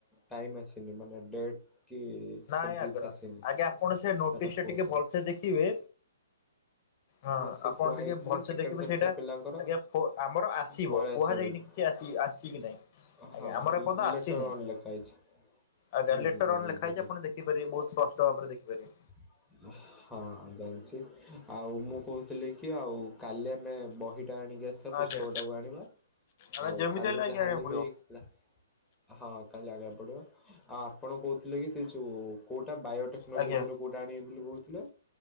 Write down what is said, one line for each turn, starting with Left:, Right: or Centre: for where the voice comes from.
Centre: ଟାଇମ ଆସିନି। ମାନେ ଡେଟ୍ କି
Left: ନାଇଁ
Centre: ସେମିତି
Left: ଆଜ୍ଞା।
Centre: କିଛି ଆସିନି।
Left: ଆଜ୍ଞା ଆପଣ ସେ ନୋଟିସ
Centre: ସେଟା ଫୋର୍ସ
Left: ଟିକେ ଭଲସେ ଦେଖିବେ। ହଁ
Centre: ସେ
Left: ଆପଣ
Centre: କୁହାହେଇଛି
Left: ଟିକେ ଭଲସେ
Centre: ଯେ ସେକେଣ୍ଡ
Left: ଦେଖିବେ।
Centre: ସେମିଷ୍ଟାର
Left: ସେଇଟା
Centre: ପିଲାଙ୍କର
Left: ଆଜ୍ଞା ଆମର ଆସିବ।
Centre: ପଳେଇ
Left: କୁହାଯାଇନି
Centre: ଆସିବେ ବୋଲି।
Left: କିଛି ଆସି ଆସିଛି କି ନାଇଁ। ଆଜ୍ଞା
Centre: ହଁ
Left: ଆମର ଏପର୍ଯ୍ୟ ଆସିନି।
Centre: ଲେଟର ଅନ୍ ଲେଖା ହେଇଛି
Left: ଆଜ୍ଞା।
Centre: ବୁଝିଲି
Left: ଲେଟର ଅନ୍
Centre: ବୁଝିଲି।
Left: ଲେଖାହେଇଛି। ଆପଣ ଦେଖିପାରିବେ ବହୁତ ସ୍ପଷ୍ଟ ଭାବରେ ଦେଖିପାରିବେ।
Centre: <inaudible> ହଁ ଜାଣିଛି। ଆଉ ମୁଁ କହୁଥିଲି କି? ଆଉ କାଲି ଆମେ ବହିଟା ଆଣିକି ଆସି ସେ ପୁସ୍ତକଟାକୁ
Left: ଆଜ୍ଞା
Centre: ଆଣିବା।
Left: ଆମେ
Centre: ଆଉ
Left: ଯେମିତି
Centre: କାଲି
Left: ହେଲେ ଆଜ୍ଞା
Centre: ଯାହାହେଲେ
Left: ଆଣିବାକୁ ପଡିବ
Centre: ବି ହେଲା। ହଁ କାଲି ଆଣିବାକୁ ପଡିବ। ଆଉ ଆପଣ କହୁଥିଲେ। କି ସେ ଯୋଉ କୋଉଟା ବାୟୋଟେକ୍ନୋଲୋଜିର
Left: ଆଜ୍ଞା
Centre: କୋଉଟା ଆଣିବେ ବୋଲି କହୁଥିଲେ?